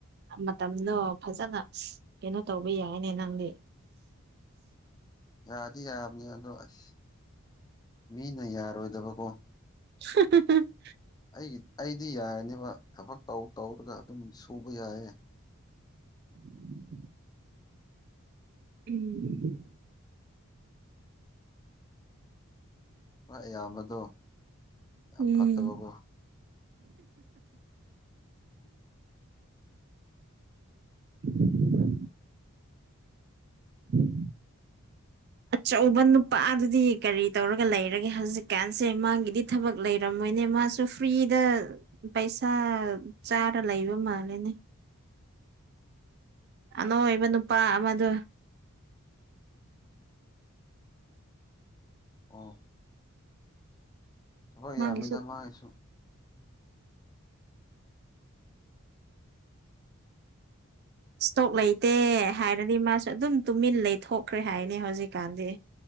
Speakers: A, on the right; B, on the left.
A: ꯃꯇꯝꯗꯣ ꯐꯖꯅ ꯀꯩꯅꯣ ꯇꯧꯕ ꯌꯥꯏꯅꯦ ꯅꯪꯗꯤ
B: ꯌꯥꯗꯤ ꯌꯥꯕꯅꯦ ꯑꯗꯣ ꯑꯁ ꯃꯤꯅ ꯌꯥꯔꯣꯏꯗꯕꯀꯣ
A: ꯁꯀꯤ <unintelligible>
B: ꯑꯩꯒꯤ ꯑꯩꯗꯤ ꯌꯥꯔꯅꯦꯕ ꯊꯕꯛ ꯇꯧ ꯇꯧꯔꯒ ꯑꯗꯨꯝ ꯁꯨꯕ ꯌꯥꯏꯌꯦ
A: <inaudible> ꯎꯝ
B: ꯍꯣꯏ ꯑꯌꯥꯝꯕꯗꯣ ꯌꯥꯝ
A: ꯎꯝ
B: ꯐꯠꯇꯕꯀꯣ
A: ꯎ <unintelligible> ꯎꯝ <unintelligible> ꯑꯆꯧꯕ ꯅꯨꯄꯥꯗꯨꯗꯤ ꯀꯔꯤ ꯇꯧꯔꯒ ꯂꯩꯔꯒꯦ ꯍꯧꯖꯤꯛꯀꯥꯟꯁꯦ ꯃꯥꯒꯤꯗꯤ ꯊꯕꯛ ꯂꯩꯔꯝꯃꯣꯏꯅꯦ ꯃꯥꯁꯨ ꯐ꯭ꯔꯤꯗ ꯄꯩꯁꯥ ꯆꯥꯔꯥ ꯂꯩꯕ ꯃꯥꯜꯂꯦꯅꯦ ꯑꯅꯣꯏꯕ ꯅꯨꯄꯥ ꯑꯃꯗꯨ
B: ꯑꯣ ꯍꯣꯏ
A: ꯃꯥꯒꯤꯁꯨ
B: ꯌꯥꯝꯃꯤꯗ ꯃꯥꯏꯁꯨ
A: ꯏꯁꯇꯣꯛ ꯂꯩꯇꯦ ꯍꯥꯏꯔꯗꯤ ꯃꯥꯁꯨ ꯑꯗꯨꯝ ꯇꯨꯃꯤꯟ ꯂꯩꯊꯣꯛꯈ꯭ꯔꯦ ꯍꯥꯏꯅꯦ ꯍꯧꯖꯤꯛꯀꯥꯟꯗꯤ